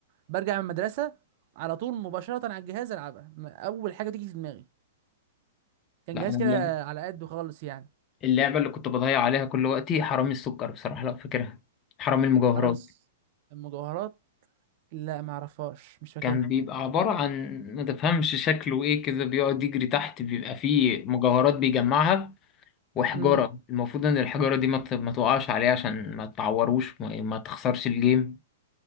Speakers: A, on the right; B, on the left.
A: برجع من المدرسه على طول مباشره على الجهاز العبها م- اول حاجه تيجي في دماغي كان
B: لا
A: جهاز
B: انا اللعبة,
A: كده على قده خالص يعني
B: اللعبة اللي كنت بضيع عليها كل وقتي حرامي السكر بصراحة لو فاكرها حرامي المجوهرات
A: حرامي الص- المجوهرات لا ما اعرفهاش مش فاكرها
B: كان بيبقى عبارة عن ما تفهمش شكله ايه كده بيقعد يجري تحت بيبقى فيه مجوهرات بيجمعها وحجارة
A: امم
B: المفروض ان الحجارة دي ما ت- ما تقعش عليه عشان ما تعوروش ما ما تخسرش الجيم